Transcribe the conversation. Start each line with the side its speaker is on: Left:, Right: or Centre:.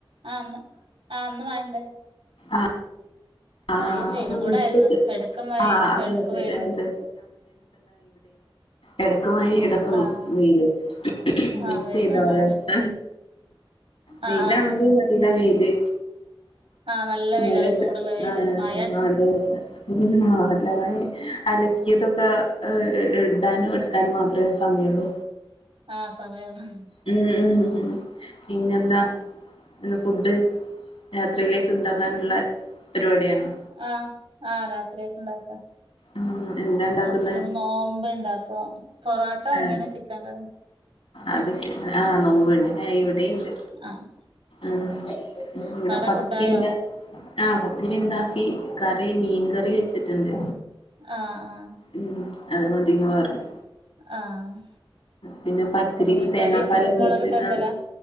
Right: ആഹ് ഇന്ന് ആഹ് മഴണ്ട്
Left: ആഹ് ആഹ്
Right: മഴയും വെയിലും കൂടായിര്ന്ന്
Left: ഉച്ചക്ക്
Right: എടക്ക് മഴയും
Left: ആഹ് അതെ
Right: എടക്ക്
Left: അതെ
Right: വെയിലും
Left: അതെ അതെ എടക്ക് മഴീം എടക്കും
Right: ആഹ്
Left: വെയിലും മിക്സ്യ്തൊരവസ്ഥ
Right: ആഹ് വെയിലും ആഹ്
Left: വെയിലാണെങ്കിൽ
Right: ആഹ് ആഹ്
Left: നല്ല വെയില്
Right: ആഹ് നല്ല വെയില്
Left: മഴ
Right: നല്ല ചൂട്ള്ള വെയില് മ
Left: ആഹ് അതെ അതെ <unintelligible> നല്ല മഴേ അലക്കിയതൊക്കെ
Right: ഉം
Left: ഏ ഇടാനും എട്ക്കാനും മാത്രേ സമയൊള്ളൂ
Right: ആഹ് സമയൊള്ളൂ
Left: മ്മ് ഉം ഉം ഉം പിന്നെന്താ ഇന്ന് ഫുഡ് രാത്രിയിലേക്ക് ഇണ്ടാക്കാന്ള്ള പരിപാടിയാണോ
Right: ആഹ് ആഹ് രാത്രികക്ക് ഇണ്ടാക്ക
Left: ഉം എന്താ ഉണ്ടാക്കുന്നെ
Right: രാത്രിന്ന് നോമ്പ്ണ്ട്പ്പോ പൊറോട്ട വാങ്ങീണ്
Left: ഏഹ്
Right: ചിക്കൻക്കറിം
Left: അത് ശരി ആഹ് നോമ്പ് പിന്ന ഇവടിണ്ട്
Right: ആഹ്
Left: ആഹ് ഇവടെ
Right: ആടെ
Left: പത്തിണ്ടാ
Right: ഫുഡായോ
Left: ആഹ് പത്തിരി ഇണ്ടാക്കി കറി മീൻ കറി വെച്ചിട്ട്ണ്ട്
Right: ആഹ് ആഹ്
Left: ഉം അത് മതീന്ന് പറഞ്ഞ്
Right: ആഹ്
Left: പിന്നെ പത്തിരീല്
Right: മീൻകറി
Left: തേങ്ങാപ്പാലൊക്കെ
Right: മുളകിട്ട്
Left: ഒഴിച്ച്
Right: വെക്കലാ
Left: ആഹ്